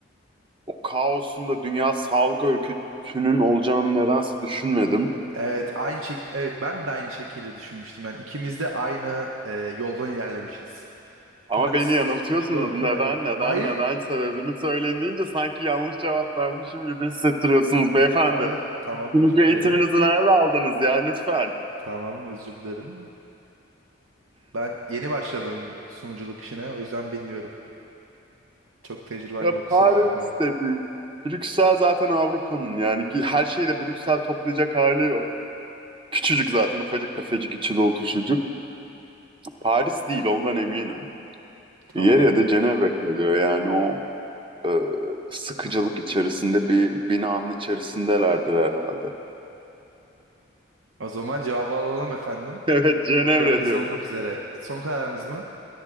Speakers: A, on the right; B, on the right.
A: O kaosun da Dünya Sağlık Örgütü'nün olacağını nedense düşünmedim.
B: Evet, aynı şey. Evet, ben de aynı şekilde düşünmüştüm. Yani ikimiz de aynı e, yoldan ilerlemişiz.
A: Ama
B: Paris
A: beni yanıltıyorsunuz.
B: ve New York'u.
A: Neden,
B: Evet.
A: neden,
B: Hayır.
A: neden sebebini söyleyin deyince sanki yanlış cevap vermişim gibi hissettiriyorsunuz beyefendi.
B: Hayır. Tamam,
A: Sunucu
B: özür
A: eğitiminizi
B: dilerim.
A: nerede aldınız ya lütfen? <laughs>
B: Tamam, özür dilerim. Ben yeni başladım sunuculuk işine. O yüzden bilmiyorum. Çok tecrübem
A: Ya
B: yok.
A: Paris
B: Kusura bakmayın.
A: dedi. Brüksel zaten Avrupa'nın yani her şeyi de Brüksel toplayacak hali yok. Küçücük zaten ufacık tefecik içi dolu çocuk. Paris değil ondan eminim.
B: Tamam.
A: Yer ya da Cenevre kalıyor yani o e, sıkıcılık içerisinde bir binanın içerisindelerdir herhalde.
B: O zaman cevabı alalım efendim.
A: Evet, Cenevre
B: Süreniz
A: diyorum.
B: dolmak üzere. Son kararınız mı?